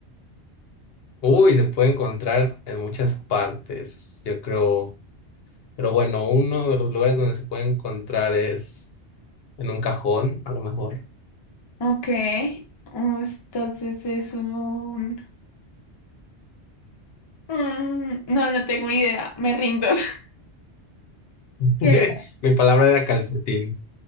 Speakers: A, on the left; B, on the left.
A: Uy, se puede encontrar en muchas partes, yo creo. Pero bueno, uno de los lugares donde se puede encontrar es en un cajón, a lo mejor.
B: Ok. Entonces es un... Mm, no, no tengo idea. Me rindo. <laughs>
A: <laughs>
B: ¿Qué?
A: Mi palabra era calcetín.